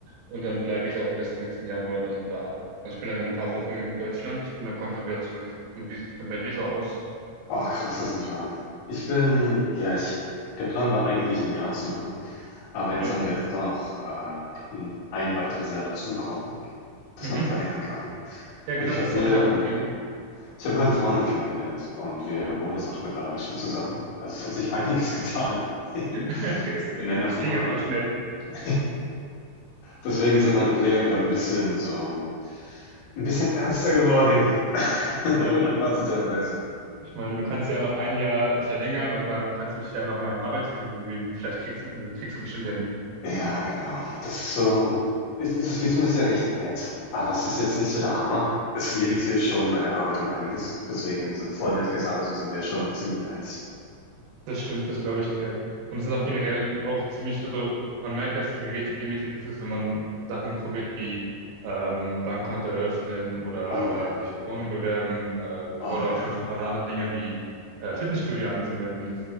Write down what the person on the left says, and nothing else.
Oh, krass, das ist nicht wahr. Ich bin, ja, ich, der Plan war eigentlich ein Jahr zu machen. Aber jetzt
haben wir jetzt noch äh, ein ein weiteres Jahr dazu bekommen, das
man noch verlängern kann.
Und ich
habe hier,
ich habe meine Freundin kennengelernt und wir wohnen jetzt auch mittlerweile schon zusammen. Also es hat sich einiges
getan <laughs> in,
in
den acht Monaten.
<laughs> Deswegen
sind meine
Pläne gerade ein bisschen so, ein bisschen ernster geworden, <laughs>
unerwarteterweise.
Ja, genau. Das ist so es ist das Visum ist ja recht nett, aber es ist jetzt nicht so der Hammer. Es limitiert schon bei der Arbeit um einiges. Deswegen so 'n vollwertiges Arbeitsvisum wäre schon ziemlich nice.
Oh ja,
oh
ja.